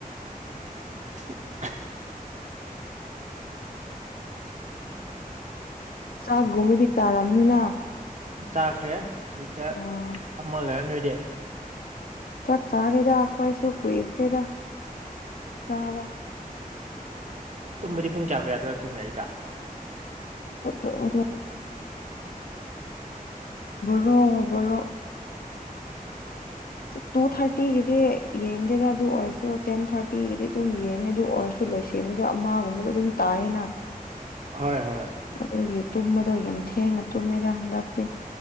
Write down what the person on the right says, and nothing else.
<unintelligible>
ꯆꯖꯥꯈꯔꯦꯠ ꯁ
ꯐꯥꯝꯃ ꯂꯩ ꯅꯣꯏꯗ
ꯇꯨꯝꯃꯗꯤ ꯄꯨꯡ ꯀꯌꯥ ꯀꯨ ꯌꯥꯗꯣꯏ ꯇꯨꯝꯃꯦ ꯍꯥꯏꯔꯤ ꯀꯥ <unintelligible>
ꯍꯣꯏ ꯍꯣꯏ